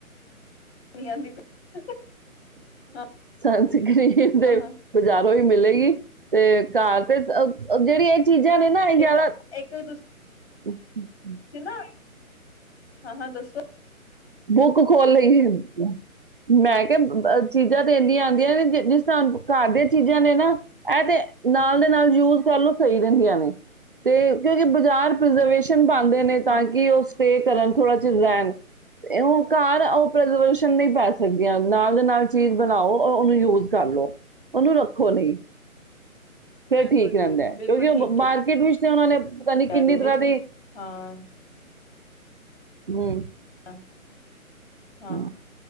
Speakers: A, on the left; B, on the right.
A: <inaudible> ਹਾਂ
B: ਸੰਸਕਰੀਨ ਤੇ
A: ਹਾਂ
B: ਬਾਜ਼ਾਰੋਂ ਹੀ ਮਿਲੇਗੀ
A: ਤੁਹਾਨੂੰ
B: ਤੇ ਘਰ ਤੇ ਜਿਹੜੀਆਂ ਇਹ ਚੀਜ਼ਾਂ ਨੇ ਨਾ ਇਹ ਜਿਆਦਾ
A: ਇੱਕ ਇੱਕ ਤੁਸੀਂ
B: ਹੂੰ <unintelligible>
A: ਨਾ ਹਾਂ ਹਾਂ ਦੱਸੋ
B: ਬੁੱਕ ਖੋਲ ਲਈ ਹੁਣ ਤੂੰ, ਮੈਂ ਕਿਹਾ ਚੀਜਾਂ ਤੇ ਇਨੀ ਆਉਂਦੀਆਂ ਨੇ, ਜਿਸ ਤਰਾਂ ਘਰ ਦੀਆਂ ਚੀਜ਼ਾਂ ਨੇ ਨਾ, ਇਹਤੇ ਨਾਲ ਦੇ ਨਾਲ ਯੂਜ ਕਰ ਲਓ। ਸਹੀ ਰਹਿੰਦੀਆਂ ਨੇ, ਤੇ ਕਿਉਂ, ਬਾਜ਼ਾਰ ਪ੍ਰਿਜ਼ਰਵੇਸ਼ਨ ਢੰਗ ਨੇਈ ਨੇਈ, ਤਾਂ
A: ਹਾਂ ਹੂੰ
B: ਕਿ ਉਹ ਸਟੇਅ ਕਰਨ ਥੋੜਾ 'ਚ'ਰੈਣ ਉਹ ਘਰ ੳ ਪ੍ਰੀਜ਼ਰਵੇਸ਼ਨ ਨਹੀਂ ਪੈ ਸਕਦੀਆਂ। ਨਾਲ ਦੇ ਨਾਲ ਚੀਜ਼ ਬਣਾਓ ਔਰ ਉਹਨੂੰ ਯੂਜ ਕਰ ਲੋ। ਉਹਨੂੰ ਰੱਖੋ ਨਹੀਂ। ਫਿਰ
A: ਬਿਲਕੁਲ
B: ਠੀਕ
A: ਬਿਲਕੁਲ
B: ਰਹਿੰਦਾ ਹੈ।
A: ਬਿਲਕੁਲ
B: ਕਿਉਂਕਿ ਉਹ
A: ਠੀਕ
B: ਮਾਰਕੀਟ ਵਿੱਚ ਤੇ'ਉਹਨਾ ਨੇ ਪਤਾ ਨੀ
A: ਕਹਿ
B: ਕਿੰਨੀ
A: ਰਹੇ
B: ਤਰਾ
A: ਹੋ
B: ਦੀ
A: ਹਾਂ
B: ਹੂੰ
A: ਹਾਂ ਹਾਂ
B: ਹੂੰ